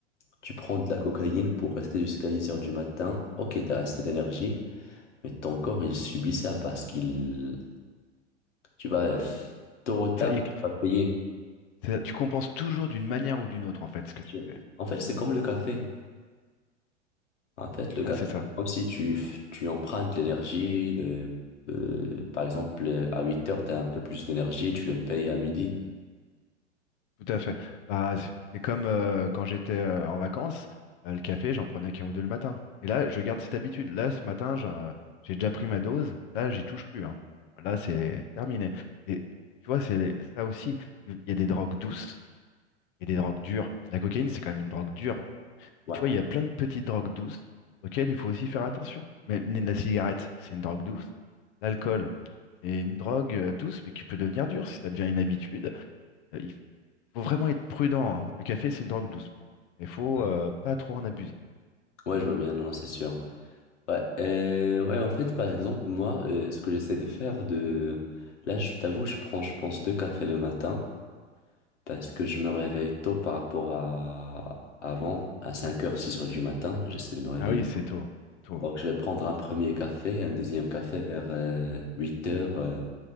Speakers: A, on the left (about 75°); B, on the left (about 45°).
A: Tu prends de la cocaïne pour rester jusqu'à dix heures du matin. Ok, t'as assez d'énergie, mais ton corps, il subit ça parce qu'il... Tu vas, f- tôt ou tard,
B: C'est Ça, il y a,
A: tu vas payer.
B: C'est ça, tu compenses toujours d'une manière ou d'une autre, en fait, ce que tu
A: Tu-
B: fais.
A: En fait, c'est comme le café. En fait, le
B: Ouais,
A: café,
B: c'est ça,
A: c'est comme si tu, f- tu empruntes l'énergie de... de- par exemple, euh, à huit heures, tu as un peu plus d'énergie, tu le payes à midi.
B: tout à fait. Bah, c'est c'est comme euh, quand j'étais euh, en vacances, euh, le café, j'en prenais qu'un ou deux le matin. Et là, je garde cette habitude. Là, ce matin, j'en- j'ai déjà pris ma dose. Là, j'y touche plus, hein. Là, c'est terminé. Et tu vois, c'est ça aussi. Il y a des drogues douces et des drogues dures. La cocaïne, c'est quand même une drogue dure. Mais
A: Ouais.
B: tu vois, il y a plein de petites drogues douces auxquelles il faut aussi faire attention. Mais la cigarette, c'est une drogue douce. L'alcool, Et une drogue euh, douce, mais qui peut devenir dure si ça devient une habitude. Euh, il faut vraiment être prudent. hein. Le café, c'est une drogue douce pour moi. Il faut
A: Mm.
B: euh, pas trop en abuser.
A: Ouais, je vois bien, non, non, c'est sûr. Ouais, euh, ouais, en fait, par exemple, moi, euh, ce que j'essaie de faire de... Là, je t'avoue, je prends, je pense, deux cafés le matin parce que je me réveille tôt par rapport à avant, à cinq heures six heures du matin. J'essaie de me réveiller.
B: Ah oui, c'est tôt, c'est tôt.
A: Donc, je
B: Il
A: vais prendre
B: faut-
A: un premier café, un deuxième café vers 8h